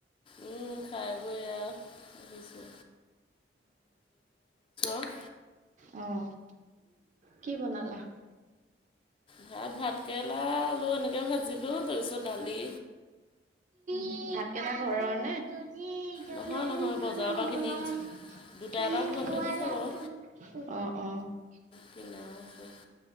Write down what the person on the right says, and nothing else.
অ'-অ' কি বনালা?
ভাতকেৰেলা ঘৰৰ
নে?
<unintelligible>
<unintelligible>
অ'-অ'